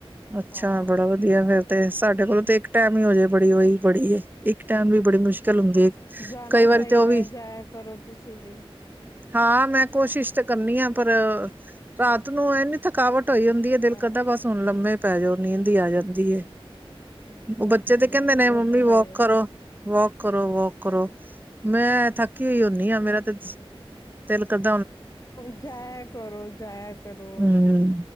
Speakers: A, on the right; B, on the left.
A: ਅੱਛਾ
B: ਹਾਂ
A: ਬੜਾ ਵਧੀਆ ਫੇਰ ਤੇ ਸਾਡੇ ਕੋਲੋਂ ਤੇ ਇੱਕ ਟੈਮ ਹੀ ਹੋਜੇ ਬੜੀ ਉਹੀ, ਬੜੀ ਇੱਕ ਟੈਮ ਵੀ ਬੜੀ ਮੁਸ਼ਕਿਲ ਹੁੰਦੀ ਹੈ,
B: ਜਾਣਾ
A: ਕਈ
B: ਚਾਹੀਦਾ
A: ਵਾਰੀ ਤੇ ਉਹ ਵੀ
B: ਹੈ ਜਾਇਆ ਕਰੋ ਤੁਸੀਂ ਵੀ
A: ਹਾਂ ਮੈਂ ਕੋਸ਼ਿਸ਼ ਤਾਂ ਕਰਨੀ ਆ ਪਰ ਰਾਤ ਨੂੰ ਇਨੀ ਥਕਾਵਟ ਹੋਇ ਹੁੰਦੀ ਏ, ਦਿਲ
B: ਹਾਂ
A: ਕਰਦਾ ਬਸ ਹੁਣ ਲੰਮੇ ਪੈਜੋੋ ਨੀਦ ਈ ਆ ਜਾਂਦੀ ਏ,
B: ਹਾਂਜੀ
A: ਬੱਚੇ ਤੇ ਕਹਿੰਦੇ
B: ਹਾਂਜੀ
A: ਨੇ
B: ਉਹ
A: ਮੰਮੀ
B: ਤੇ
A: ਵੋਕ
B: ਹੈ ਹੀ
A: ਕਰੋ ਵੋਕ ਕਰੋ ਵੋਕ ਕਰੋ
B: ਹਾਂਜੀ
A: ਮੈਂ ਥੱਕੀ ਹੋਈ ਹੁੰਨੀ ਆ ਮੇਰਾ ਤੇ, ਦਿਲ ਕਰਦ
B: ਹੋਰ ਜਾਇਆ ਕਰੋ ਜਾਇਆ ਕਰੋ
A: ਹਮ